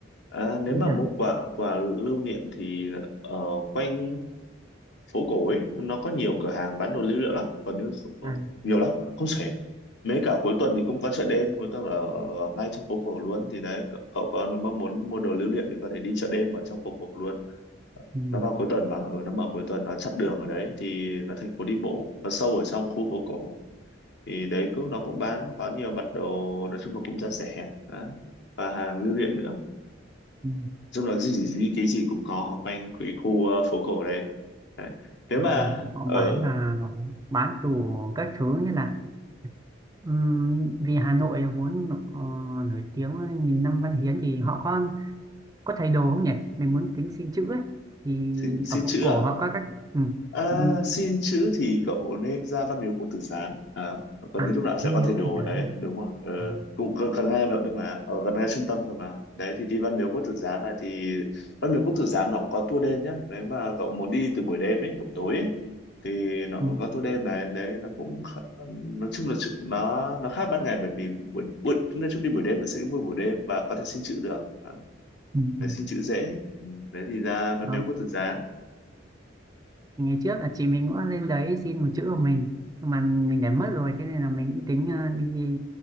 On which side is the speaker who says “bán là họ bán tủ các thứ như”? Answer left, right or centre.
Right